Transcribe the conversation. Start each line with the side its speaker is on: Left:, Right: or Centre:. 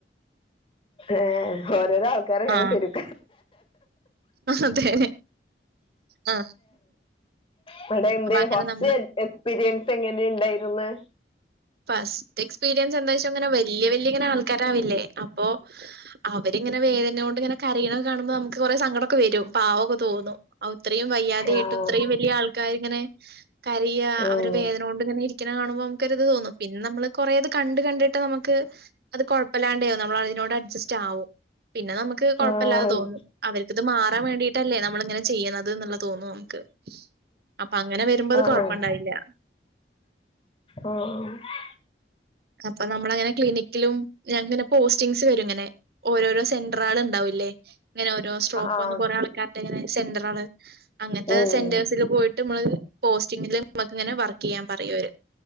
Left: ഏ ഏ ഒരോരോ ആവ ക്കാരെ അങ്ങനെ
Right: ആഹ്
Left: തരും
Right: അതെ ആ
Left: അവിടെ എന്തെയും
Right: അപ്പൊ അങ്ങനെ
Left: ഫസ്റ്റ്
Right: നമ്മള്
Left: എക്സ്പീരിയൻസ് എങ്ങനെ ഇണ്ടായിര്ന്ന്
Right: ഫസ്റ്റ് എക്സ്പീരിയൻസ് എന്താ ശ അങ്ങനെ വ വെല്യ വെല്യ ഇങ്ങനെ ആൾക്കാരാവില്ലേ അപ്പൊ അവരിങ്ങനെ വേദന കൊണ്ട് ഇങ്ങനെ കരയണെ കാണുമ്പോ നമുക്ക് കൊറെ സങ്കടോക്കെ വെരും പാവോക്ക തോന്നും അവുത്രയും വയ്യാതെ കേട്ട്
Left: ആഹ്
Right: ഇത്രയും വല്യ ആൾക്കാരിങ്ങനെ അറിയാ
Left: ഉം
Right: അവരെ വേദന കൊണ്ട് ഇങ്ങനെ ഇരിക്കണകാണുമ്പ നമുക്കൊരിത് തോന്നും. പിന്ന നമ്മള് കൊറേ ഇത് കണ്ട് കണ്ടിട്ട് നമുക്ക് അത് കൊഴപ്പല്ലാണ്ട് നമ്മൾ അതിനോട് അഡ്ജസ്റ്റ് ആവും. പിന്ന നമ്മക്ക് കൊഴപ്പല്ലാതെ
Left: ആഹ്
Right: തോന്നും അവരിക്കത് മാറാൻ വേണ്ടിട്ടല്ലേ നമ്മളിങ്ങനെ ചെയ്യുന്നത് എന്നുള്ളത് തോന്നും അമുക്ക് അപ്പ അങ്ങനെ വരുമ്പോ അത്
Left: ആഹ്
Right: കൊഴപ്പൊണ്ടാവില്ല്യാ
Left: ആഹ് ആഹ്
Right: അപ്പ നമ്മളങ്ങനെ ക്ലിനി ക്കിലും എങ്ങന പോസ് ചിങ്സ് വരും ഇങ്ങനെ ഓരോരോ സ് അത്രാളിണ്ടാവുല്ലേ ഇങ്ങനെ ഓരോ സ്ട്രോക്ക്
Left: ആഹ്
Right: വന്ന് കൊറെ അൾക്കാരി ടിങ്ങനെ സെന്ററാണ് അങ്ങൻത്തെ
Left: ഉം
Right: സെൻന്റേഴ്സില് പോയിട്ട് അമ്മള് പോസ്റ്റിങ്ങില് മക്കങ്ങനെ വർക്കെയ്യാൻ പറയോര്